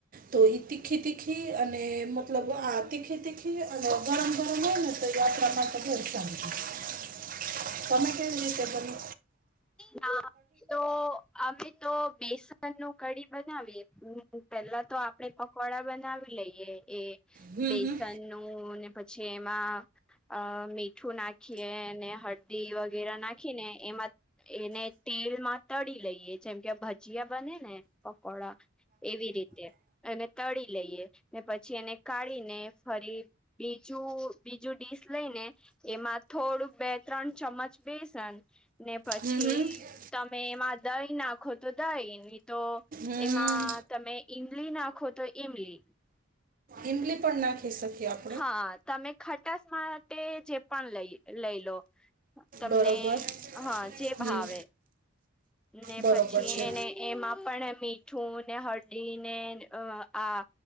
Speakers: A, on the right; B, in the centre.
A: તો ઈ તીખી તીખી અને મતલબ આ તીખી તીખી અને ગરમ ગરમ હોય ને, તો ઈ માટે બહુ ઊંચી તમે કે રીતે બને.
B: ના તો, અમે તો બેસન નું કઢી બનાવીએ પેલા તો આપણે પકોડા બનાવી લઈએ એ
A: હમ
B: બેસન
A: હમ
B: નું ને પછી એમાં, અ મીઠું નાખીએ ને હળદી વગેરે નાખી ને એમાં એને તેલ માં તળી લઈએ જેમ કે, ભજીયા બને ને પકોડા એવી રીતે અને તળી લઈએ ને પછી એને કાઢીને ફરી બીજ બીજું ડીશ લઈ ને એમાં થોડું બે -ત્રણ ચમચ બેસન, ને પછી
A: હમ હમ
B: તમે એમાં દહીં નાખો તો દહીં નહી તો
A: હમ
B: એમાં, તમે ઈમલી નાખો તો ઈમલી,
A: ઈમલી પણ ના ખાઈ શકીએ, આપણે
B: હા તમે ખટાસ માટે જે પણ લઈ લઈ લો, તમને
A: બરોબર
B: હા જે
A: હમ
B: ભાવે ને
A: બરોબર
B: પછી
A: છે
B: એને એમાં પણ મીઠું ને હળદી ને આ,